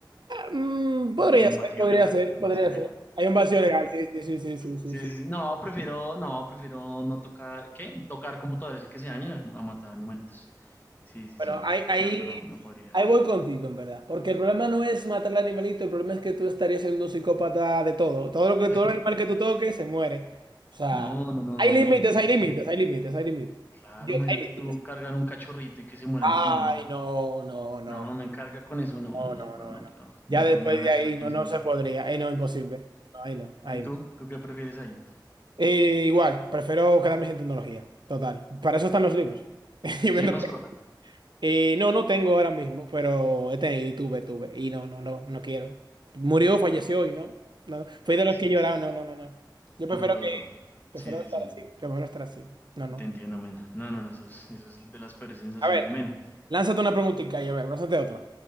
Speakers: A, on the right; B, on the left.
A: Mm, podría
B: Sí, un
A: ser,
B: vacío
A: podría
B: legal,
A: ser,
B: un
A: podría
B: vacío legal.
A: ser. Hay un vacío legal, sí, sí, sí, sí, sí,
B: Sí,
A: sí.
B: sí, sí. No, prefiero, no, prefiero no tocar, ¿qué? Tocar computadores y que se dañen a, a matar animalitos. Sí, sí,
A: Bueno,
B: sí.
A: ahí, ahí,
B: La verdad, no, no podría.
A: ahí voy contigo, en verdad. Porque el problema no es matar al animalito, el problema es que tú estarías siendo un psicópata de todo. Todo lo que, todo
B: <laughs>
A: animal que tú toques se muere. O sea,
B: No, no, no,
A: hay
B: men,
A: límites, hay
B: imagínate.
A: límites, hay límites, hay límites.
B: Claro,
A: Yo-
B: imagínate
A: hay
B: tú
A: límites.
B: cargar un cachorrito y que se muera
A: Ay,
B: en tus manos.
A: no, no, no,
B: No, me carga con eso, no,
A: no,
B: no, no
A: no,
B: puedo,
A: no,
B: no
A: no.
B: puedo,
A: Ya
B: no
A: después
B: puedo, no me
A: de
B: daría
A: ahí
B: la conciencia.
A: no, no se podría. Ahí no, imposible. No, ahí no, ahí
B: ¿Y tú?
A: no.
B: ¿Tú qué prefieres ahí?
A: Eh, igual, prefiero quedarme sin tecnología. Total. Para eso están los libros. <laughs> Yo
B: ¿Tienes
A: vendo
B: mascota?
A: Eh, no, no tengo ahora mismo, pero he tenido y tuve, tuve. Y no, no, no, no quiero. Murió, falleció y no. No, no. fui
B: Ay,
A: de los
B: sí,
A: que lloraron,
B: pues,
A: no, no, no, no. Yo prefiero
B: duro,
A: que,
B: duro.
A: prefiero
B: Sí, sí,
A: estar
B: sí,
A: así, prefiero estar así. No, no.
B: te entiendo, men. No, no, no, eso es, eso es de las peores sensaciones,
A: A ver,
B: men.
A: lánzate una preguntita y a ver, lánzate otra.